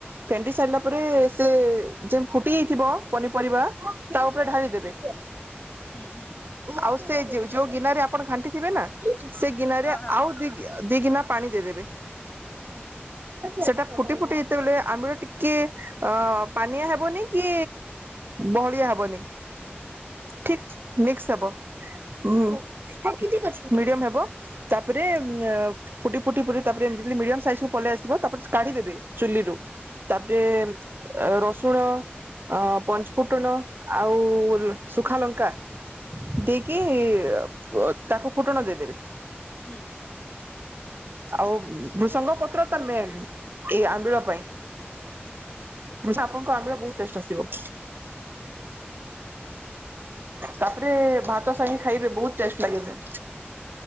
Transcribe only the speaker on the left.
ହୁଁ ହୁଁ
ହଁ ହଁ
ଓକେ
ହୁ।